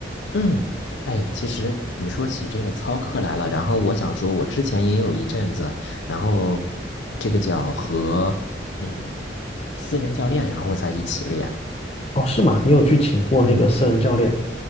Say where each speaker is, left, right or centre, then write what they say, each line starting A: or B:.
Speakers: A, on the left; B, on the left.
A: 嗯，哎，其实你说起这个操课来了，然后我想说，我之前也有一阵子，然后这个叫和嗯私人教练，然后在一起练，
B: 哦，是吗？你有去请过那个私人教练？
A: 嗯。